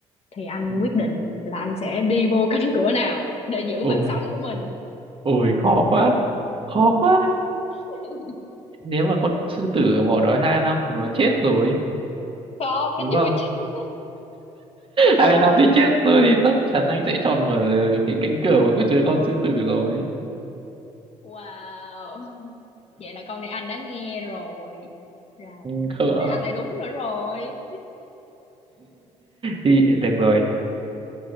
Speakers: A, on the left (about 45°); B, on the right (about 35°).
A: thì anh
B: Ừ.
A: quyết định là anh sẽ đi vô <laughs> cánh cửa nào để giữ
B: ôi
A: mạng sống của mình
B: ôi khó quá khó quá
A: <laughs>
B: nếu mà con sư tử bỏ đói hai năm thì nó chết rồi
A: không
B: đúng
A: nó chưa
B: không
A: chứ
B: hai năm thì chết tôi thì chắc chắn anh sẽ chọn mở cái cánh cửa mà có chứa con sư tử rồi
A: wow vậy là câu này anh đã nghe rồi ra
B: <laughs>
A: thế
B: không ạ.
A: thế anh lại đúng nữa rồi
B: thì được rồi